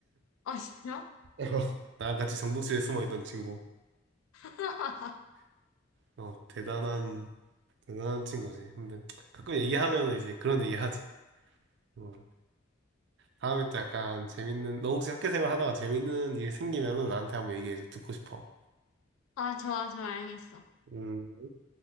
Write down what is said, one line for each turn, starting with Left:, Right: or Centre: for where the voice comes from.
Left: 아, 진짜?
Right: <laughs> 나랑 같이 정독실에 숨어 있던 친구.
Left: <laughs>
Right: 어, 대단한, 대단한 친구지. 근데 가끔 얘기하면 이제 그런 얘기 하지. 어, 다음에 또 약간 재밌는, 너 혹시 학교 생활 하다가 재밌는 일 생기면은 나한테 한번 얘기해줘. 듣고 싶어.
Left: 아, 좋아, 좋아, 알겠어.
Right: 음.